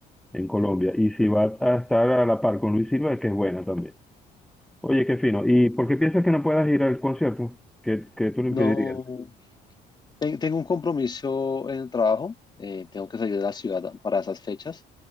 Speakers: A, in the centre; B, on the left.
A: en Colombia. Y si vas a estar a la par con Luis Silva, es que es buena también. Oye, qué fino. ¿Y por qué piensas que no puedas ir al concierto? ¿Qué, qué tú lo
B: No,
A: impedirías?
B: ten- tengo un compromiso en el trabajo, eh, tengo que salir de la ciudad para esas fechas,